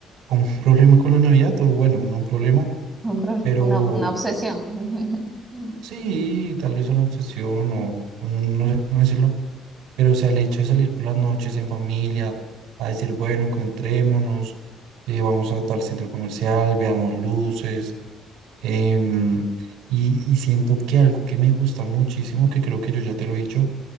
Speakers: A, on the right; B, in the centre.
A: como un problema con la Navidad, o bueno, no un problema,
B: Un problema,
A: pero
B: una, una obsesión. <laughs>
A: sí, tal vez una obsesión o no no sé cómo decirlo Pero, o sea, el hecho de salir por las noches en familia, a decir, bueno, encontrémonos, eh, vamos a tal centro comercial, veamos luces, em, y, y siento que algo que me gusta muchísimo, que creo que yo ya te lo he dicho,